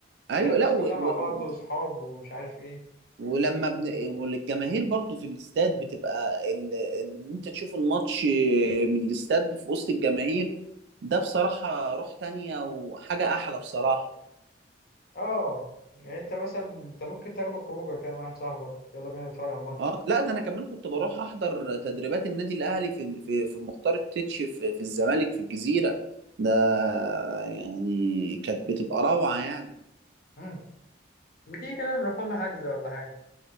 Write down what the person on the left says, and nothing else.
تلاقي الناس
كلها
مع بعض
وصحاب ومش عارف إيه
آه يعني أنت مثلا أنت ممكن تاخده خروجة كده مع واحد صاحبك يلا بينا نتفرج على الماتش
مم. ما تيجي كده نروح لنا حجز ولا حاجة